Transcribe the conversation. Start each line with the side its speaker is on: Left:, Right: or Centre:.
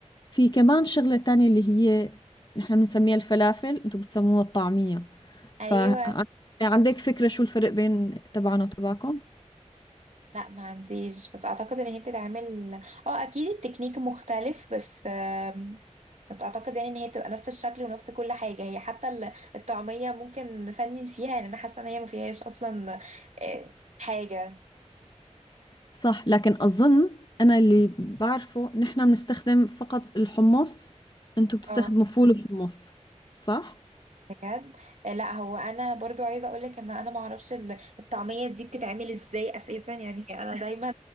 Left: في كمان شغلة تانية اللي هي نحن بنسميها الفلافل أنتم بتسموها الطعمية فعندك
Right: ايوه
Left: فكرة شو الفرق بين تبعنا وتبعكم؟
Right: لا ما عنديش بس اعتقد ان هي بتتعمل اه اكيد التكنيك مختلف بس آم، بس اعتقد يعني ان هي بتبقى نفس الشكل ونفس كل حاجه هي حتى ال- الطعميه ممكن نفنن فيها يعني انا حاسه ان هي ما فيهاش اصلا آه، حاجه
Left: صح لكن أظن أنا اللي بعرفه نحن بنستخدم فقط الحمص أنتم بتستخدموا
Right: اه
Left: فول وحمص صح؟
Right: بجد آه، لا هو انا برضو عايزه اقولك ان انا ما اعرفش ال- الطعميه دي بتتعمل ازاي اساسا يعني انا دايما